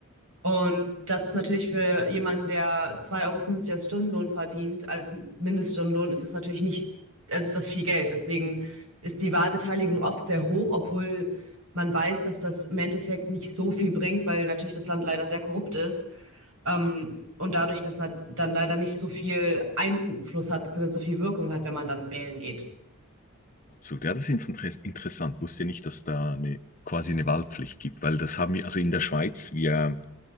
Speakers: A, on the right; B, on the left.
A: Und das ist natürlich für jemanden, der zwei Euro fünfzig als Stundenlohn verdient, als Mindeststundenlohn, ist das natürlich nicht, also ist das viel Geld. Deswegen ist die Wahlbeteiligung oft sehr hoch, obwohl man weiß, dass das im Endeffekt nicht so viel bringt, weil natürlich das Land leider sehr korrupt ist. Ähm, und dadurch, dass man dann leider nicht so viel Einfluss hat, beziehungsweise so viel Wirkung hat, wenn man dann wählen geht.
B: Absolut, ja, das ist inter- interessant. Wusste nicht, dass da eine, quasi eine Wahlpflicht gibt, weil das haben wir, also in der Schweiz, wir,